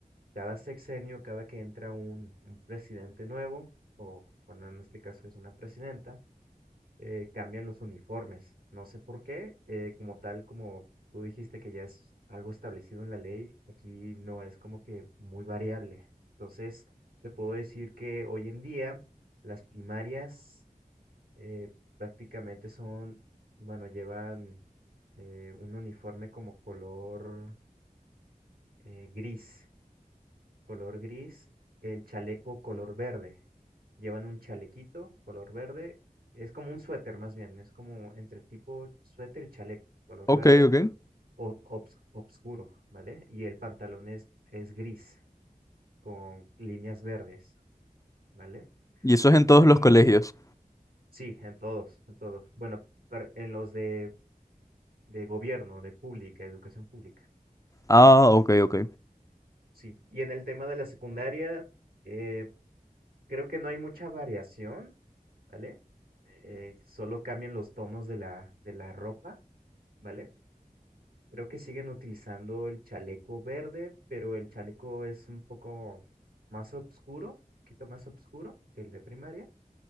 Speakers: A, on the right; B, on the left.
A: cada sexenio, cada que entra un, un presidente nuevo, o bueno, en este caso es una presidenta, eh, cambian los uniformes. No sé por qué, eh, como tal, como tú dijiste que ya es algo establecido en la ley, aquí no es como que muy variable. Entonces, te puedo decir que hoy en día las primarias eh, prácticamente son, bueno, llevan eh, un uniforme como color eh, gris color gris, el chaleco color verde. Llevan un chalequito color verde, es como un suéter más bien, es como entre tipo suéter y chaleco color
B: Ok,
A: verde
B: ok.
A: o- obs- obscuro, ¿vale? Y el pantalón es, es gris con líneas verdes, ¿vale?
B: Y eso es en todos
A: Y
B: los colegios.
A: sí, en todos, en todos. Bueno, per- en los de, de gobierno, de pública, educación pública.
B: Ah, ok, ok.
A: Sí, y en el tema de la secundaria, eh, creo que no hay mucha variación ¿vale? Eh, solo cambian los tonos de la, de la ropa, ¿vale? Creo que siguen utilizando el chaleco verde, pero el chaleco es un poco más oscuro, un poquito más oscuro que el de primaria.